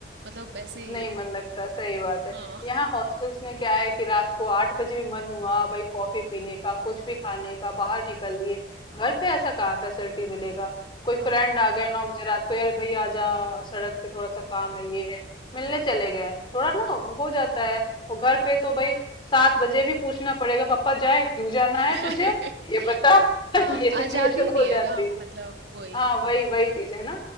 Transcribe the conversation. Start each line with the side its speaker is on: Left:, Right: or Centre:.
Right: मतलब ऐसे
Left: नहीं मन लगता सही बात है
Right: हाँ
Left: यहाँ हॉस्टल्स में क्या है कि रात को आठ बजे भी मन हुआ भाई कॉफी पीने का कुछ भी खाने का बाहर निकल लिए घर पे ऐसा कहाँ फैसिलिटी मिलेगा कोई
Right: हाँ
Left: फ्रेंड आ गए नौ बजे रात को यार भाई आ जा सड़क पे थोड़ा सा काम है ये है मिलने चले गए थोड़ा ना हो जाता है और घर पे तो भाई सात बजे भी पूछना पड़ेगा पापा जाए क्यों जाना
Right: <laughs>
Left: है तुझे ये बता
Right: हाँ
Left: <laughs> ये सिचुएशन
Right: आजादी ही नहीं
Left: हो
Right: है
Left: जाती
Right: ना मतलब वही
Left: हाँ वही वही चीज है ना